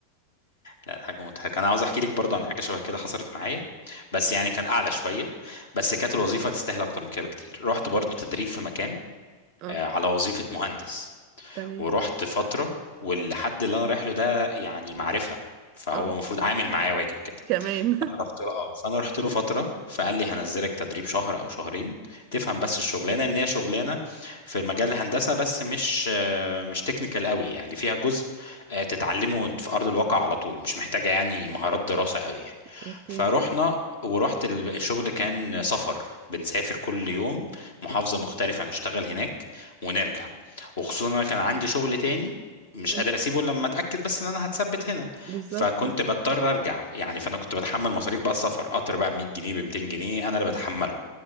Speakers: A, on the left (about 60°); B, on the right (about 40°).
A: لا حاجة مضحكة أنا عاوز أحكي لك برضه عن حاجة شبه كده حصلت معايا بس يعني كان أعلى شوية بس كانت الوظيفة تستاهل أكتر من كده بكتير رحت برضه تدريب في مكان
B: اه
A: آه، على وظيفة مهندس
B: تمام
A: ورحت فترة والحد اللي أنا رايح له ده يعني معرفة فهو
B: اه
A: المفروض عامل معايا واجب كده
B: كمان
A: انا رحت له اه فانا رحت له فتره فقال لي هنزلك تدريب شهر او شهرين تفهم بس الشغلانه لان هي شغلانه في مجال الهندسه بس مش آه، مش تكنيكال قوي يعني فيها جزء آه، تتعلمه وانت في ارض الواقع على طول مش محتاجه يعني مهارات دراسه قوي يعني
B: <laughs> اوكي
A: فروحنا ورحت ال- الشغل كان سفر بنسافر كل يوم محافظه مختلفه نشتغل هناك ونرجع وخصوصا انا كان عندي شغل تاني مش
B: مم.
A: قادر اسيبه إلا لما اتاكد بس ان انا هتثبت هنا
B: بالظبط
A: فكنت
B: آه.
A: بضطر ارجع يعني فانا كنت بتحمل مصاريف بقى السفر قطر بقى ب 100 جنيه ب 200 جنيه انا اللي بتحمله